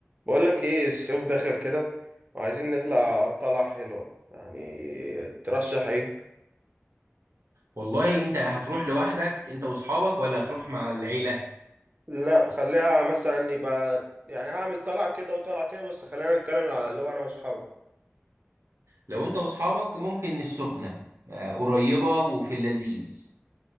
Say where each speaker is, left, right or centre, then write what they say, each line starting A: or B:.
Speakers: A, on the right; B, on the right.
A: بقول لك ايه الصيف داخل كده وعايزين نطلع طلعة حلوة يعني ترشح ايه
B: والله انت هتروح لوحدك انت واصحابك ولا هتروح مع العيلة
A: لا خليها مثلا يبقى يعني هعمل طلعة كده وطلعة كده بس خلينا نتكلم على اللي هو انا واصحابي
B: لو انت واصحابك ممكن السخنة آه، قريبة وفي اللذيذ